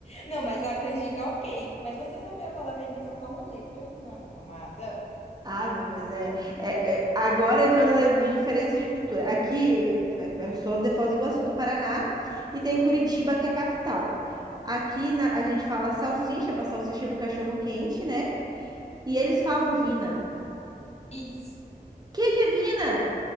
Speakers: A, on the left; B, on the right.
A: Não, mas a canjica, ok. Mas você sabia a palavra e ainda trocar uma letra? Não, amada.
B: Ah, não, mas é, é- é- agora entrando na de diferença de cultura. Aqui, é, eu sou de Foz do Iguaçu, do Paraná, e tem Curitiba,
A: Uhum.
B: que é a capital. Aqui na- a gente fala salsicha, para salsicha do cachorro quente, né? E eles falam vina.
A: Isso.
B: O que que é vina?